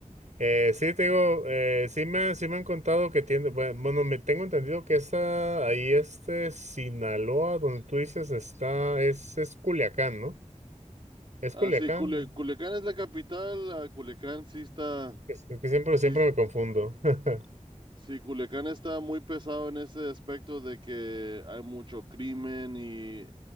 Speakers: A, on the right (about 65°); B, on the right (about 40°).
A: Eh, sí, te digo, eh, sí me, han- sí me han contado que tiene, bueno, bueno, me tengo entendido que esa, ahí este, Sinaloa, donde tú dices, está, es, es Culiacán, ¿no? Es
B: Así,
A: Culiacán,
B: Culiacán
A: ¿no?
B: es la capital, ah, Culiacán sí está,
A: que, que siempre,
B: sí,
A: siempre me confundo. <laughs>
B: Sí, Culiacán está muy pesado en ese aspecto de que hay mucho crimen y